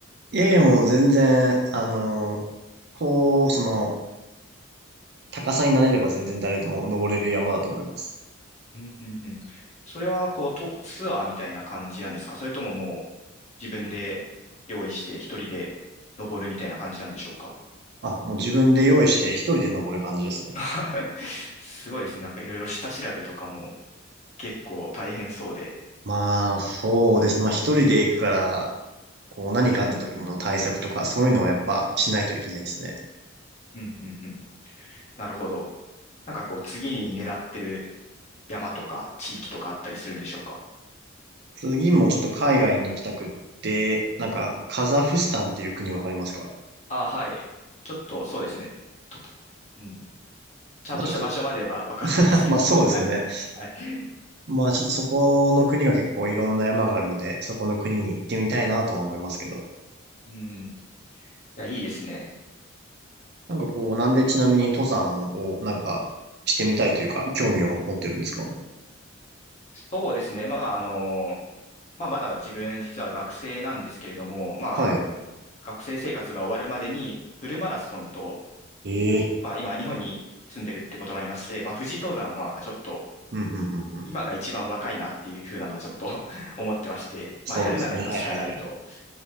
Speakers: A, on the right; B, on the left.
A: いやいや、もう全然、あの、こう、その、高さになれれば全然誰でも登れる山だと思います。
B: うんうんうん。それはこうとツアーみたいな感じなんですかそれとももう自分で用意して一人で登るみたいな感じなんでしょうか
A: あ、もう自分で用意して一人で登る感じですね。
B: <laughs> すごいですね。なんかいろいろ下調べとかも結構大変そうで。
A: まあ、そうですね。まあ一人で行くから、こう何かあった時の対策とかそういうのはやっぱしないといけないですね。
B: うん。うんうんうん。なるほど。なんかこう次に狙ってる山とか地域とかあったりするんでしょうか
A: 次もちょっと海外に行きたくって、なんかカザフスタンっていう国わかりますか
B: あ、はい。ちょっとそうですね。と、うん。ちゃんとした場所まではわかんないんですけど。
A: まあちょっと、<laughs> まあそうですよね。
B: はい。
A: まあちょっとそこの国が結構いろんな山があるので、そこの国に行ってみたいなとは思いますけど。
B: うん。いや、いいですね。
A: なんかこう、なんでちなみに登山をなんかしてみたいというか、興味を持ってるんですか
B: そうですね。まあ、あの、まあ、まだ自分実は学生なんですけれども、まあ、
A: はい。
B: 学生生活が終わるまでにフルマラソンと、
A: ええ。
B: まあ、今日本に住んでるってこともありまして、まあ、富士登山はちょっと
A: うん、うん、うん、うん。
B: 今が一番若いなっていう風なのはちょっと <laughs> 思ってまして、
A: そうですね。
B: まあ、やるなら今しかないと、
A: はい、はい、はい。